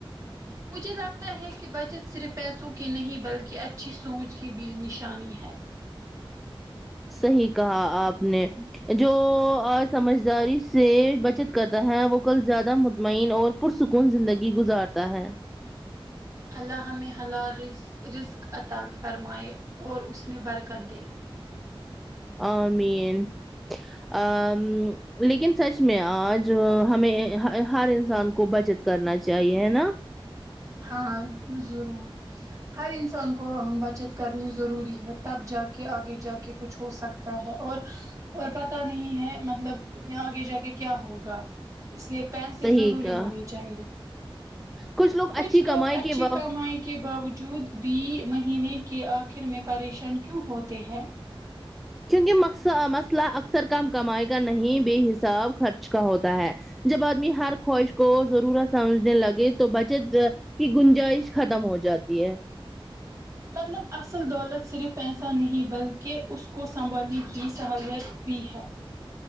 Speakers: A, on the right (about 35°); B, in the centre.
A: مجھے لگتا ہے کہ بچت صرف پیسوں کی نہیں بلکہ اچھی سوچ کی بھی نشانی ہے
B: صحیح کہا آپ نے جو آ سمجھداری سے بچت کرتا ہے وہ کل زیادہ مطمئن اور پرسکون زندگی گزارتا ہے
A: اللہ ہمیں حلال رزق عطا فرمائے اور اس میں برکت دے
B: آ مین ا لیکن سچ میں آج ہمیں ہر انسان کو بچت کرنا چاہیے ہے نا
A: ہاں ضرور ہر انسان کو بچت کرنی ضروری ہے تب جا کے آگے جا کے کچھ ہو سکتا ہے اور اور پتا نہیں ہے مطلب آگے جا کے کیا ہوگا اس لیے پیسے
B: صحیح
A: ضروری
B: کا
A: ہونی چاہیے
B: کچھ لوگ
A: کچھ
B: اچھی
A: لوگ
B: کمائی
A: اچھی
B: کے
A: کمائی کے باوجود بھی مہینے کے آخر میں پریشان کیوں ہوتے ہیں
B: کیونکہ مقسا مسئلہ اکثر کم کمائی کا نہیں بے حساب خرچ کا ہوتا ہے جب آدمی ہر خواہش کو ضرورت سمجنے لگے تو بچت کی گنجائش ختم ہو جاتی ہے
A: مطلب اصل دولت صرف پیسہ نہیں بلکہ اس کو سنبھالنے کی صلاحیت بھی ہے